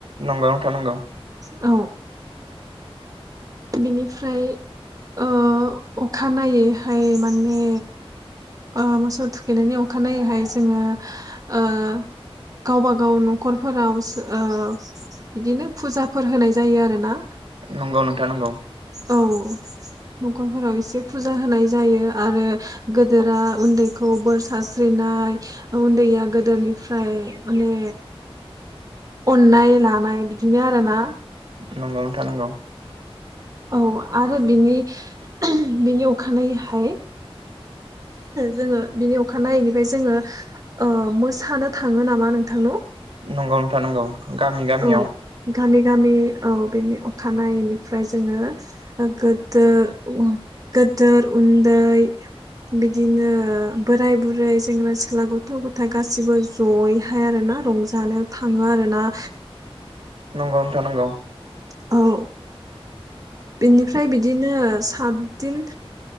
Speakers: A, on the right; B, on the right.
A: नंगौ नोंथां नंगौ
B: औ बिनिफ्राय ओ अखानायनायैहाय माने ओ मोसौ थुखैनायनि अखानायैहाय जोङो ओ गावबागाव नखरफोरावसो ओ बिदिनो फुजाफोर होनाय जायो आरो ना
A: नंगौ नोंथां नंगौ
B: औ न'खरफोराव एसे फुजा होनाय जायो आरो गोदोरा उन्दैखौ बोर सारस्रिनाय उन्दैया गोदोरनिफ्राय माने अननाय लानाय बिदिनो आरो ना
A: नंगौ नोंथां नंगौ
B: औ आरो बिनि बिनि अखानायैहाय जोङो बिनि अ खानायैनिफ्राय जोङो मोसानो थाङो नामा नोंथांन
A: नंगौ नोंथां नंगौ गामि गामियाव
B: औ गामि गामि औ बेनि अखानायैनिफ्राय जोङो गो दोर गोदोर उन्दै बिदिनो बोराय बुरै सेंग्रा सिख्ला गथ' गथाय गासिबो ज'यैहाय आरोना रंजा जानो थाङो आरो ना।
A: नंगौ नोंथां नंगौ।
B: औ बिनिफ्राय बिदिनो सतदिन